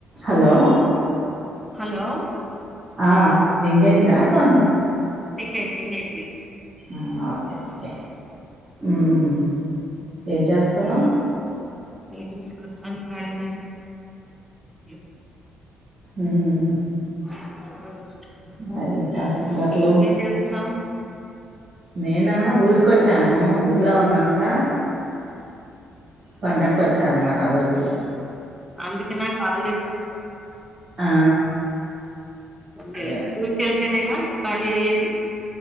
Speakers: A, on the right; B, in the centre.
A: హలో
B: హలో
A: ఆ రింగ్ ఆయంద పోను
B: రింగ్ అయ్యింది రింగ్ అయ్యింది.
A: ఆహ్ ఓకే ఓకే ఉహ్మ్ ఏం చేస్తున్నావ్
B: ఏం చేస్తాలే <unintelligible>
A: ఉహ్మ్
B: అ <unintelligible>
A: మారీ ఇంకా సంగతులు.
B: చేస్తున్నావ్
A: నేనా ఊరికొచ్చాను ఊర్ ఇంట్లో ఉన్నాను గా. పండకొచ్చా అన్నమాట ఊరికి.
B: అందుకా నా కాల్ చెస్
A: ఆ
B: ఫోన్ చేయాలే
A: అదే
B: ఊరికెల్తేనే గా కాలి అయేద్ ది